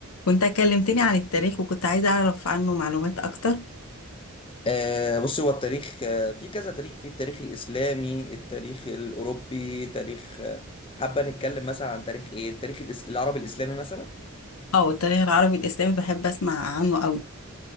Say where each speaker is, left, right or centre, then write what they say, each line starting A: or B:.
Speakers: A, on the left; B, on the left.
A: كنت كلمتني عن التاريخ وكنت عايزة أعرف عنه معلومات أكتر
B: آه، بص هو التاريخ آه، في كذا تاريخ في التاريخ الإسلامي التاريخ الأوروبي تاريخ آه، حابة نتكلم مثلا عن تاريخ إيه التاريخ الإس- العربي الإسلامي مثلا
A: أه التاريخ العربي الإسلامي بحب أسمع عنه أوي